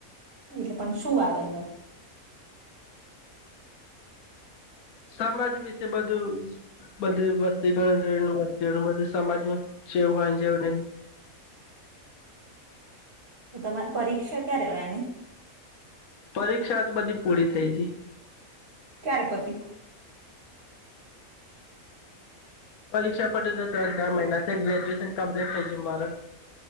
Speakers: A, on the right; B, on the left.
A: એટલે પણ શું આવે અંદર?
B: સમાજ વિશે બધું બધી વસ્તી ગણતરી નું વસ્તી એવું બધું. સમાજમાં છે જેવું હોય જેવું ન‌ઈ.
A: તો તમારી પરીક્ષા ક્યારે હોય આની.
B: પરીક્ષા તો બધી પૂરી થઈ જી.
A: ક્યારે પતિ.
B: પરીક્ષા પડે તો ત્રણ ચાર મહિનાથી ગ્રેજ્યુએશન કમ્પ્લીટ થઈ મારે.